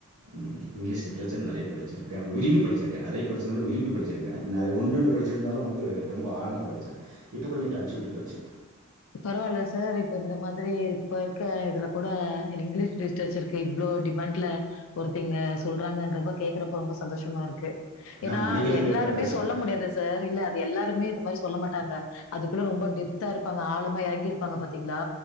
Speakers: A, on the right (about 85°); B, on the left (about 60°).
A: ம் இங்லீஷ் லிட்ரேச்சர் நறைய படிச்சிருக்கே விரும்பி படிச்சிருக்கே நறைய படிச்சேன்துவிட விரும்பி படிச்சிருக்கே ந ஒன் ரெண்டு படிச்சிருந்தாலு வந்து ரொம்ப ஆழமா படிச்சே இப்ப கொஞ்சோ டச்சு விட்டு போச்சு
B: பரவால்ல சார் இப்ப இந்த மாதிரி இப்பருக்க இதுல கூட அ லிங்லீஷ் லிஸ்டேச்சர்க்கு இவ்ளோ டிமாண் இல ஒருத்திங்க சொல்றாங்கன்றப்ப கேக்றப்போ ரொம்ப சந்தோஷமாருக்கு ஏனா
A: நான் மணிக்கிழங்குகள்ட்ட
B: அது எல்லாருமே
A: பேசுவேன்.
B: சொல்ல முடியாது சார் இல்ல அது எல்லாருமே ந்த மாரி சொல்ல மாட்டாங்க அதுக்குள்ள ரொம்ப டெப்த்தாருப்பா ஆளமா எறங்கிருப்பாங்க பாத்தீங்களா